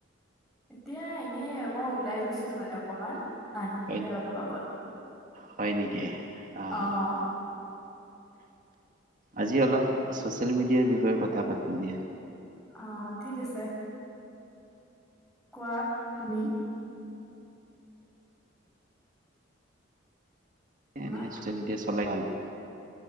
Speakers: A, in the centre; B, on the right.
A: এতিয়া এনে মই ওলাই গৈছিলো মানে অকমান। আহিলোহে
B: হয়
A: অলপ আগত
B: হয় নেকি? অ
A: আহ।
B: অ আজি অলপ ছ'চিয়েল মিডিয়াৰ বিষয়ে কথা পাতো দিয়া।
A: অ ঠিক আছে। কোৱা তুমি
B: <unintelligible> <unintelligible>
A: হা